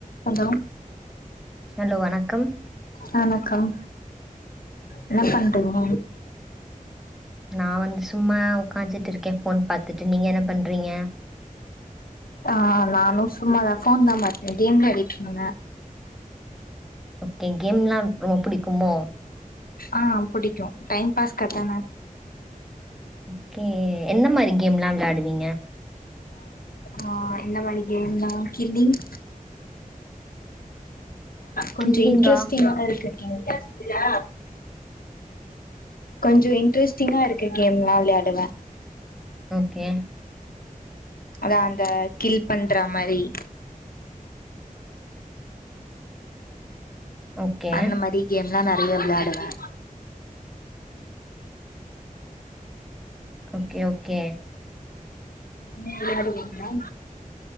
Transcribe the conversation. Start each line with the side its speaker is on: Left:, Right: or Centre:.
Left: Hello
Centre: hello வணக்கம்
Left: வணக்கம் என்ன பண்றீங்க
Centre: நா வந்து சும்மா உக்காச்சிட்டு இருக்கே ஃபோன் பாத்துட்டு நீங்க என்ன பண்றீங்க
Left: ஆ நானு சும்மாதா ஃபோன் தா பாத்தே கேம் வெளையாடிருந்தேங்க
Centre: ஓகே கேம் னா ரொம்ப பிடிக்குமோ
Left: ஆ புடிக்கும் டைம் பாஸ் க்கு அதான
Centre: ஓகே என்ன மாரி கேம் ல்லா வெளாடுவீங்க
Left: ஆ என்ன மணக்கி என்ன கில்லிங் கொஞ்சோ
Centre: கில்லிங்கா?
Left: இன்ட்ரெஸ்டிங்காவு இருக்கு இன்ட்ரெஸ்ட்டு இல்லையா கொஞ்சோ இன்டர்ஸ்ட்டிங்கா இருக்க கேம்லா வெளையாடுவே
Centre: ஓகே
Left: அதா அந்த கில் பண்ற மாரி
Centre: ஓகே.
Left: அந்த மாரி கேம் ல்லா நெறைய வெளாடுவே
Centre: ஓகே ஓகே
Left: நீங்க விளையாடு வீங்கலா